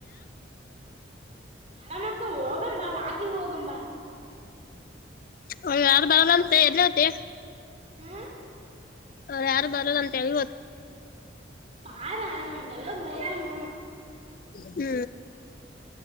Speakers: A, on the right; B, on the left.
A: ಮೇಡಮಕ್ಕ ಹೋಗಂ ಬಾ ವಾಕಿಂಗ್ ಹೋಗಂ ಬಾ
B: ಅವರು ಯಾರು ಬರಲ್ಲಂತೆ ಎಲ್ಲಿ ಹೋಗ್ತಾ
A: ಹ್ಮ್
B: ಅವ್ ಯಾರು ಬರಲ್ಲ ಅಂತ ಹೇಳಿ
A: ಬಾರಾ ಎಲ್ಲಾರೂ ಹೋಗೋಣಿ
B: ಹ್ಮ